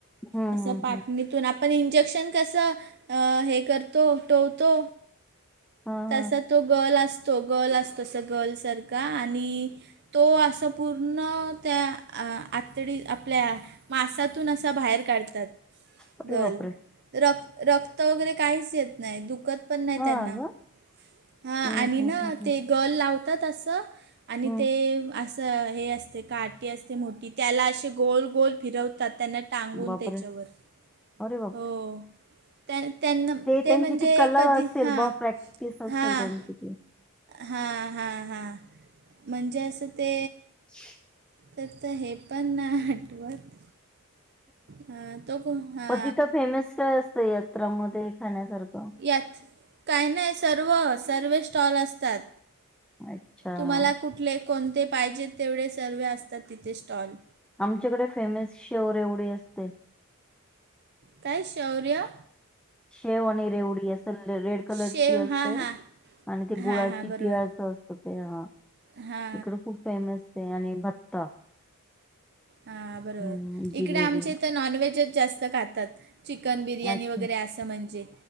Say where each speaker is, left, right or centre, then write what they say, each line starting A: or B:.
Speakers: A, in the centre; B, on the right (about 50°).
A: हम्म
B: असं
A: हम्म
B: पाठणी
A: हम्म
B: आपण इंजेक्शन कसं हे करतो टोवतो
A: हा
B: तसा
A: हा
B: तो गल असतो ो गर्ल अस तस गल सारख आणि तो असं पूर्ण त्या आातडी आपल्या मासातून असं बाहेर काढतात
A: अरे
B: गल
A: बापरे
B: र रक्त वगैरे काहीच येत नाही दुखत पण नाही
A: हा
B: त्यांना
A: ग
B: ह
A: हं,
B: आणि
A: हं,
B: ना
A: हं, हं,
B: ते गल लावतात असं आणि
A: हं.
B: ते अस हे असते काटी असते मोठी त्याला असे गोल गोल फिरवतात त्यांना टांगून
A: बापरे!
B: त्याच्यावर
A: अरे बाप!
B: हो त्यां त्यांना ते
A: त्यांची
B: म्हणजे
A: ती कला
B: कधी
A: असेल
B: हां
A: बुवा, प्रॅक्टिस असेल
B: हां
A: त्यांची ती.
B: हा हा हा म्हणजे असं ते
A: ह्
B: तर तर हे पण नाही हटवक ह तो हा
A: मग तिथं फेमस काय असत यात्रामध्ये खाण्यासारखं
B: यात काही नाही सर्व सर्व स्टॉल असतात
A: अच्छा.
B: तुम्हाला कुठले कोणते पाहिजेत तेवढे सर्वे असतात तिथे स्टॉल
A: आमच्याकडे फेमस शोर एवढी असते
B: काय शौर्य
A: शेव आणि रेवडी अस रेड कलरची
B: शेव
A: असते
B: हां हां
A: आणि ते गुळाची
B: हां हां बरोबर
A: तिळा्याच असत ते हा
B: हां
A: इकड खूप फेमस आहे आणि भत्ता
B: हां बरोबर
A: हं,
B: इकडे
A: जिलेबी.
B: आमच्या इथं नॉनव्हेजच जास्त खात चिकन बिर्याणी
A: अच्छा.
B: वगैरे असं म्हणजे